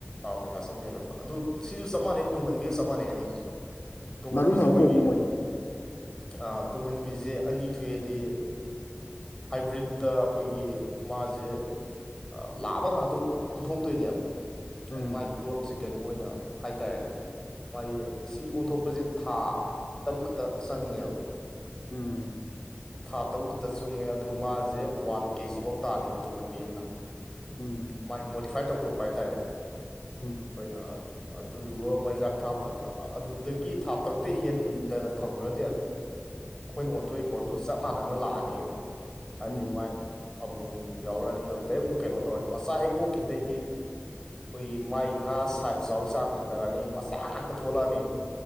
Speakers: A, on the left; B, on the left.
A: ꯑꯥ ꯄꯩꯁꯥ ꯆꯪꯕ ꯍꯦꯜꯂꯛꯄ ꯑꯗꯨ ꯁꯤꯖꯨ ꯆꯞ ꯃꯥꯟꯅꯩ ꯇꯨꯡꯍꯟꯕꯤꯒ ꯆꯞ ꯃꯥꯟꯅꯩ ꯑꯅꯤꯖꯤꯖꯨ꯫ ꯇꯨꯡꯍꯟꯕꯤꯖꯦ
B: ꯃꯔꯨꯝ ꯑꯃ
A: ꯈꯣꯏꯒꯤ
B: ꯀꯣꯛꯄ ꯃꯣꯏꯁꯨ
A: ꯑꯥ ꯇꯨꯡꯍꯟꯕꯤꯖꯦ ꯑꯅꯤ ꯊꯣꯛꯑꯦꯗꯤ꯫ ꯍꯥꯏꯕ꯭ꯔꯤꯠꯇ ꯑꯈꯣꯏꯒꯤ ꯃꯥꯖꯦ꯫ ꯑꯥ ꯂꯥꯕ ꯉꯥꯠꯇ ꯑꯣꯟꯊꯣꯛꯇꯣꯏꯅꯦꯕ꯫
B: ꯎꯝ
A: ꯍꯥꯏ ꯃꯥꯏ ꯒ꯭ꯔꯣꯠꯁꯦ ꯀꯩꯅꯣ ꯑꯣꯏꯅ ꯍꯥꯏꯇꯥꯔꯦꯅꯦ ꯃꯥꯒꯤ꯫ ꯁꯤ ꯑꯣꯟꯊꯣꯛꯄꯁꯦ ꯊꯥ ꯇꯔꯨꯛ ꯈꯠꯇ ꯆꯪꯉꯦꯕ꯫
B: ꯎꯝ
A: ꯊꯥ ꯇꯔꯨꯛ ꯈꯠꯇ ꯆꯨꯉꯦ ꯑꯗꯨ ꯃꯥꯖꯦ ꯋꯥꯟ ꯀꯦꯖꯤꯕꯧ ꯇꯥꯅꯤꯕ ꯇꯨꯡꯍꯟꯕꯤ ꯑꯝꯅ꯫
B: ꯎꯝ
A: ꯃꯥꯏ ꯃꯣꯗꯤꯐꯥꯏꯠ ꯇꯧꯊꯣꯛꯄ ꯍꯥꯏꯇꯥꯔꯦꯅꯦ ꯑꯩꯈꯣꯏꯅ꯫
B: ꯎꯝ
A: ꯑꯗꯨꯗꯨꯒ ꯃꯩꯖꯥꯛ ꯊꯥ ꯃꯇꯝꯗ ꯑꯗꯨꯗꯒꯤ ꯊꯥ ꯇꯔꯨꯛꯇꯩ ꯍꯦꯟꯗꯅ ꯊꯝꯒꯔ꯭ꯗꯤ ꯑꯗ ꯑꯩꯈꯣꯏꯅ ꯑꯣꯟꯊꯣꯛꯏ ꯄꯣꯠꯇꯣ ꯆꯞ ꯃꯥꯟꯅꯅ ꯂꯥꯛꯑꯅꯤꯕ ꯍꯥꯏꯗꯤ
B: ꯎꯝ
A: ꯃꯥꯏ ꯑꯃꯣꯝ ꯌꯥꯎꯔꯛꯑꯅꯤ ꯑꯗꯨꯗꯩ ꯑꯃꯨꯛ ꯀꯩꯅꯣ ꯇꯧꯔꯅꯤ ꯃ ꯆꯥ ꯍꯦꯛ ꯀꯣꯛꯈꯤꯕꯗꯩꯗꯤ꯫ ꯈꯣꯏꯒꯤ ꯃꯥꯏ ꯉꯥ ꯁꯥꯏꯖ ꯆꯥꯎꯕꯩ ꯆꯥꯡ ꯍꯟꯊꯔꯛꯑꯅꯤ ꯃꯆꯥ ꯉꯥꯛꯇ ꯊꯣꯛꯂꯛꯑꯅꯤꯕ꯫